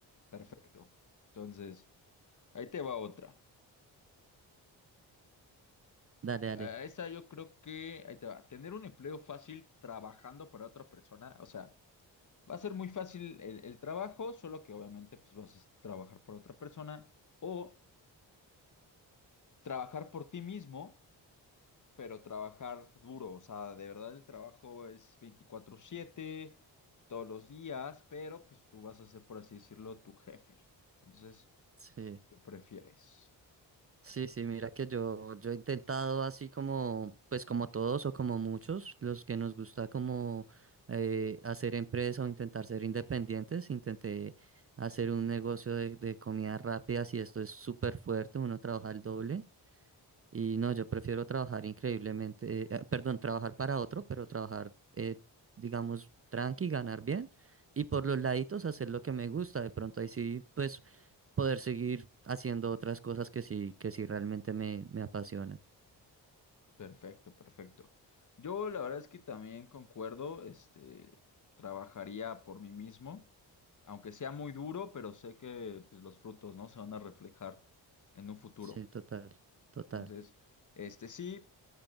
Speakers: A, on the left; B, on the right.
A: Perfecto. Entonces, ahí te va otra.
B: dale,
A: A
B: dale.
A: esa yo creo que, ahí te va, tener un empleo fácil trabajando para otra persona, o sea, va a ser muy fácil el, el trabajo, solo que obviamente pues vas a trabajar por otra persona o trabajar por ti mismo, pero trabajar duro, o sea, de verdad el trabajo es veinticuatro siete todos los días, pero pues tú vas a ser, por así decirlo, tu jefe. Entonces,
B: Sí,
A: ¿qué prefieres?
B: sí, sí, mira que yo, yo he intentado así como, pues como todos o como muchos, los que nos gusta como eh, hacer empresa o intentar ser independientes, intenté hacer un negocio de, de comidas rápidas y esto es súper fuerte, uno trabaja el doble. Y no, yo prefiero trabajar increíblemente, eh, perdón, trabajar para otro, pero trabajar, eh, digamos, tranqui, ganar bien y por los laditos hacer lo que me gusta. De pronto ahí sí, pues poder seguir haciendo otras cosas que sí, que sí realmente me, me apasionan.
A: Perfecto, perfecto. Yo la verdad es que también concuerdo, este, trabajaría por mí mismo, aunque sea muy duro, pero sé que pues, los frutos, ¿no? Se van a reflejar en un futuro.
B: Sí, total, total.
A: Entonces, este sí,